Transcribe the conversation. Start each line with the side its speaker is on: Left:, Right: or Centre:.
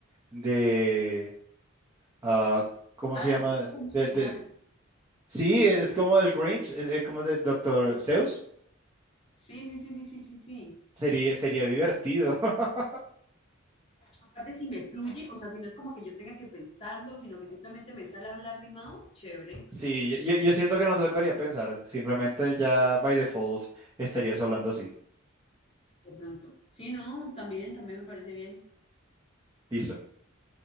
Right: de, ah, ¿cómo
Left: Musical,
Right: se llama?
Left: es como musical.
Right: De, de- sí, es como el Grinch, es, es como de Doctor Seuss.
Left: Sí, sí, sí, sí, sí, sí, sí.
Right: Sería, sería divertido. <laughs>
Left: Aparte, si me fluye, o sea, si no es como que yo tenga que pensarlo, sino que simplemente me sale a hablar rimado, chévere,
Right: Sí, yo, yo siento que no te tocaría pensar. Simplemente ya by default estarías hablando así.
Left: de pronto. Sí, no, también, también me parece bien.
Right: Listo.